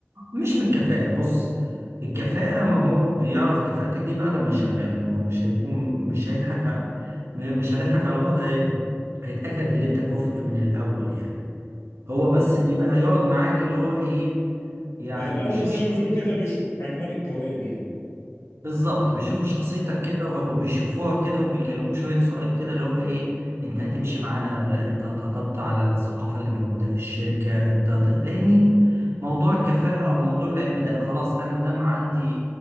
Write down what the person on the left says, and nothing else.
الاول
زي
ما بيقولوا كده بيشوف عنوان الجواب يعني